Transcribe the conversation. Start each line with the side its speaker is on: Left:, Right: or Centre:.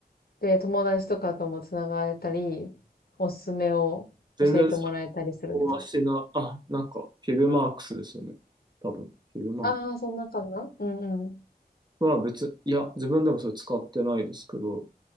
Left: で、友達とかともつながったり、おすすめを教えてもらえたりするみたいな。
Right: 全然想像はしな、あ、なんかフィルマークスですよね。多分。フィルマーク
Left: ああ、そんな感じなうんうん。
Right: スは別、いや、自分でもそれ使ってないですけど、